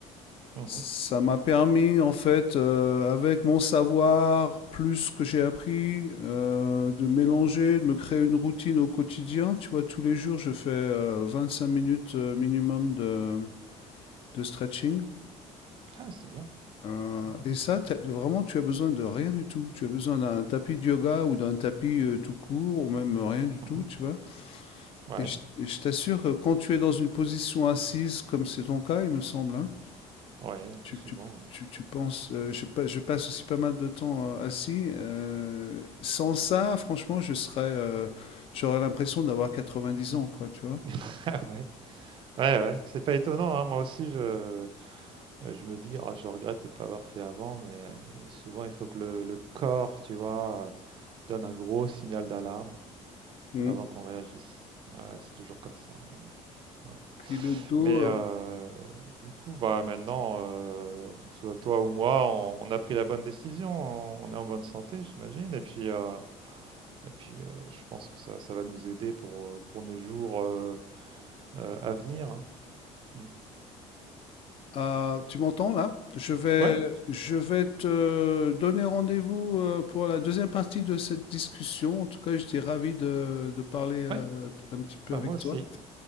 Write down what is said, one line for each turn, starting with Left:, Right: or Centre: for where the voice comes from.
Right: Mhm.
Left: ça m'a permis, en fait, euh, avec mon savoir, plus ce que j'ai appris, euh, de mélanger, de me créer une routine au quotidien. Tu vois, tous les jours, je fais euh, cinq minutes euh, minimum de de stretching.
Right: Ah, c'est bien.
Left: Heu
Right: Ouais.
Left: et ça, tu vraiment, tu as besoin de rien du tout. Tu as besoin d'un tapis de yoga ou d'un tapis, heu, tout court ou même rien du tout,
Right: Mmh
Left: tu vois?
Right: Ouais,
Left: Et je et je t'assure que quand tu es dans une position assise, comme c'est ton cas, il me semble, hein,
Right: ouais,
Left: tu
Right: plus souvent,
Left: tu
Right: ouais.
Left: tu tu penses, heu, je pa je passe aussi pas mal de temps, heu, assis, heu, sans ça, franchement, je serais, heu, j'aurais l'impression d'avoir 90 ans, quoi, tu vois?
Right: <laughs> Ah Ouais, ouais, ouais, c'est pas étonnant, hein. Moi aussi, je, heu, je me dis: «Ah, je regrette de ne pas avoir fait avant», mais heu, souvent, il faut que le le corps, tu vois, heu, donne un gros signal d'alarme
Left: Mmh.
Right: avant qu'on réagisse. Ouais, c'est toujours comme ça, ouais, ouais.
Left: Puis le dos,
Right: Mais
Left: euh,
Right: heu, du coup, bah, maintenant, heu, que ce soit toi ou moi, on on a pris la bonne décision, on on est en bonne santé, j'imagine et puis, heu et puis, heu, je pense que ça ça va nous aider pour, heu, pour nos jours, euh, euh, à venir. hein. Mm.
Left: Euh, tu m'entends là? Je vais,
Right: Ouais,
Left: je vais te donner rendez-vous euh, pour la deuxième partie de cette discussion. En tout cas, j'étais ravi de, de parler euh,
Right: ouais,
Left: un petit peu
Right: bah
Left: avec
Right: moi aussi.
Left: toi.